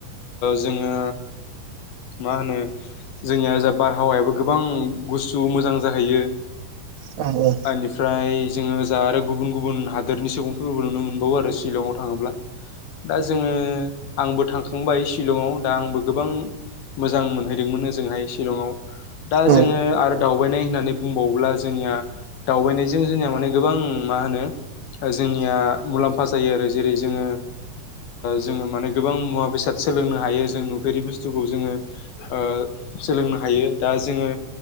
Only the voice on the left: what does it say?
जोङो। मा होनो। जोंनिया जा बारहावायाबो गोबां गुस्थु मोजां जाहैयो।
बेनिफ्राय जोङो जा आरो गुबुन गुबुन हादोरनि सुबुंफोरफोरखौबो नुनो मोनबावो आरो शिलंआव थाङोब्ला। दा जोङो आंबो थांखांबाय शिलंआव दा आंबो गोबां मोजां मोनहैदोंमोन जोंहाय शिलंआव दा
जोङो
आरो दावबायनाय होननानै बुंबावोब्ला जोंनिया दावबायनायजों जोंनिया माने गोबां मा होनो जोंनिया मुलाम्फा जायो आरो जेरै जोङो जोङो माने गोबां मुवा बेसाद सोलोंनो हायो जों नुफेरि बुस्थुखौ जोङो ओ सोलोंनो हायो दा जोङो